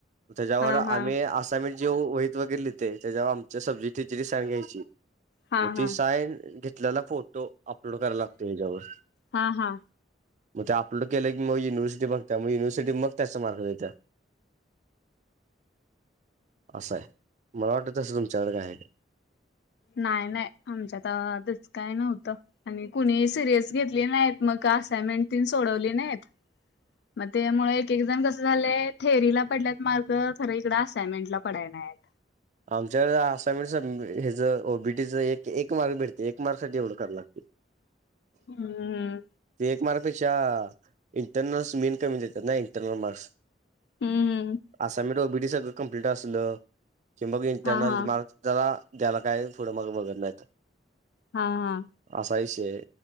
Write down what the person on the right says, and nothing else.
तेच्यावर
आम्ही
असं. जे वहीत वगैर लिहिते त्याच्यावर आमच्या सब्जेक्ट टीचर ची साइन घ्यायची.
मग
ते सायन घेतलेला फोटो अपलोड करायला लागतोय ह्याच्यावर
मग ते अपलोड केलं की मग युनिव्हर्सिटी बघत्या मगं युनिव्हरसिटी मग त्याचा मार्क देत्यात. असं आहे मला वाटलं तसं तुमच्याकडे काय आहे काय.
आमच्याकड असायनमेंट स हे ज ओबीटीच एक मार्क भेटते एक मार्क साठी एवढं कराव लागते.
ते एक मार्कपेक्षा इंटरनल्स मेन कमी देतात नाही इंटरनल मार्क्स
असानमेंट ओबीटी सगळं कम्प्लिट असलं, कि मग इंटरनल
मार्क त्याला द्यायला काही पुुढं मग बघत नाहीत.
असा विषय आहे.